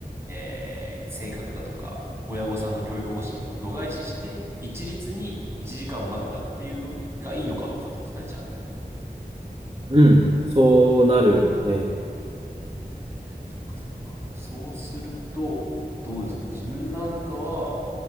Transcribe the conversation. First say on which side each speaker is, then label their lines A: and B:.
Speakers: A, on the right; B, on the right.
A: えー性格だとか、親御さんの教育方針を度外視して、一律に1時間までだっていうのに、がいいのかどうかってことですかね、じゃあ。
B: うん。そうなるね。
A: そっかそっか。そうすると、どうですかね、自分なんかは、